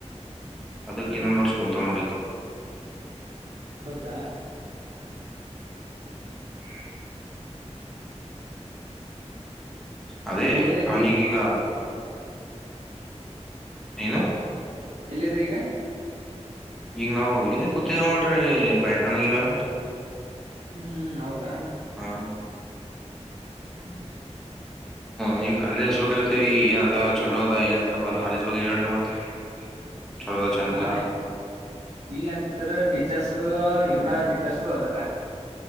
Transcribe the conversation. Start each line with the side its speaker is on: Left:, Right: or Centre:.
Centre: ಅದಕ್
Right: ಹ್ಮ್
Centre: ಇನ್ನೊಂದ್ ವರ್ಷ ಕುೂಂತ ನೋಡಿಕ್.
Right: ಹೌದಾ ಹ್ಮ್
Centre: ಅದೇ
Right: ಎಲ್ಲಿದ್ರಿ
Centre: ಅವನೀಈಗ
Right: ಈಗ
Centre: ಏನು
Right: ಎಲ್ಲಿದ್ದ್ರೀ ಈಗ.
Centre: ಈಗ ನಾವು ಇಲ್ಲೇ ಕುತ್ತಿದೆವಲರ್ರಿ ಪ್ಯಾಂಟ್ಣಗಿ ಮ್ಯಾಗ.
Right: ಹ್ಮ್ ಹೌದಾ.
Centre: ಹಾ
Right: ಹ್ಮ್ ಏನು
Centre: ನಿಮ್ ಕಾಲೇಜ್ ಹಚ್ಬೇಕಲತ್ತೇವಿ
Right: ನೀಮ್ ಕಾಲೇಜ ಹಲ್ಲತೀರಿ
Centre: ಏನ್ ಅದ
Right: ಏನದ ಚಲೋ
Centre: ಏನ್ರ
Right: ಅದ
Centre: ಕಾಲೇಜ್ ಬಗ್ಗೆ ಹೇಳ್ರಿ
Right: ಕಾಲಜ ಹೇಳಿ ಮತ್ತ.
Centre: ಚಲೋ ಅದ ಚಂದಿಲ್ಲ
Right: ಹಾ ಇಲ್ಲ ನಂತ್ರ ಟೀಚರ್ಸ ಎಲ್ಲಾ ಟೀಚರ್ಸು ಅದ.